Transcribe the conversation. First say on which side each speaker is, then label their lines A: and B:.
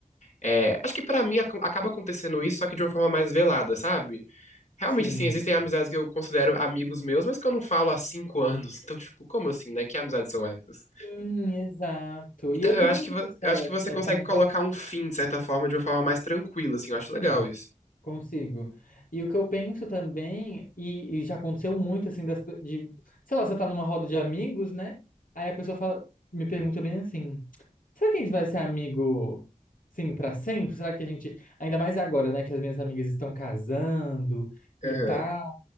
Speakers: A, on the left (about 55°); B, on the left (about 75°).
A: É, acho que pra mim ac- acaba acontecendo isso, só que de uma forma mais velada, sabe? Realmente,
B: Sim.
A: assim, existem amizades que eu considero amigos meus, mas que eu não falo há cinco anos. <laughs> Então, tipo, como assim, né? Que amizades são essas?
B: Sim, exato.
A: Então,
B: E eu
A: eu
B: também
A: acho que,
B: tenho
A: vo-
B: essa,
A: eu acho que você
B: essa
A: consegue
B: noção,
A: colocar um fim, de certa forma, de uma forma mais tranquila, assim. Eu acho legal
B: sim,
A: isso.
B: consigo. E o que eu penso também, e, e já aconteceu muito, assim, das, pe- de, sei lá, você tá numa roda de amigos, né? Aí a pessoa fala, me pergunta bem assim, será que a gente vai ser amigo, sim, pra sempre? Será que a gente, ainda mais agora, né, que as minhas amigas estão casando e
A: Aham,
B: tal.